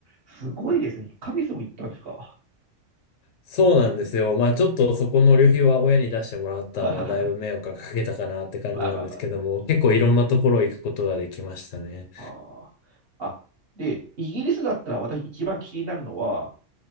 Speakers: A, on the right; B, on the left.
A: すごいですね。1ヶ月も行ったんですか。
B: そうなんですよ。まあちょっとそこの旅費は親に出してもらったので、
A: はははは。
B: だいぶ迷惑がかけたかなって感じなんですけども、
A: <laughs> まあまあまあ。
B: 結構いろんなところ行くことができましたね。
A: あーあ。で、イギリスだったら私一番気になるのは、